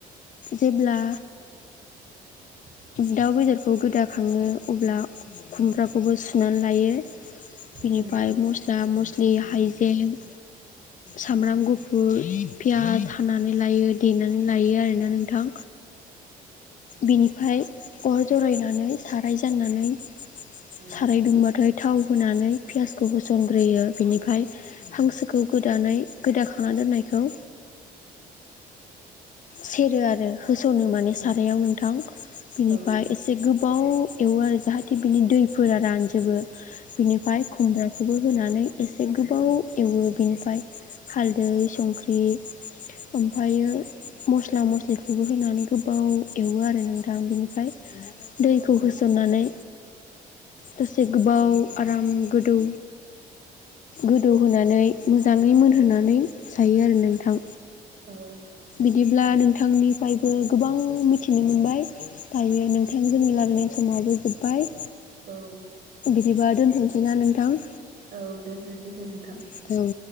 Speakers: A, on the left; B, on the right.
A: जेब्ला
B: <inaudible>
A: दाउ बेदरखौ गोदा खाङो अब्ला खुमब्राखौबो सुनानै लायो। बिनिफ्राय
B: ओं
A: मस्ला मस्लि हाइजें सामब्राम गुफुर पियास हाना नै देनानै लायो आरोना नोंथां। बिनिफ्राय अर जरायनानै साराय जाननानै साराय
B: औ
A: दुंबाथाय थाव होनानै पियासखौ होसनग्रोयो बिनिफ्राय हांसोखौ गोदानाय गोदाखांना दोननायखौ सेरो आरो होस'नो माने सारायाव नोंथां। बिनिफ्राय
B: औ
A: एसे गोबाव एवो आरो जाहाथे बिनि दैफोरा रानजोबो बिनिफ्राय खुमब्राखौबो होनानै एसे आरो गोबाव एवो बेनिफ्राय हालदै संख्रि ओमफ्रायो मस्ला मस्लिखौबो होनानै गोबाव एवो आरो नोंथां। बिनिफ्राय दै खौ होसननानै दसे गोबाव आराम गोदौ गोदौहोनानै मोजाङै मोनहोनानै जायो आरो नोंथां।
B: औ।
A: बिदिब्ला नोंथांनिफ्रायबो गोबां मिथिनो मोनबाय दायो नोंथां जोंनि लागोनाय समावबो जोब्बाय।
B: औ।
A: बिदिबा दोनथ'सैना नोंथां।
B: औ दोनथ'सै दे नोंथां।
A: औ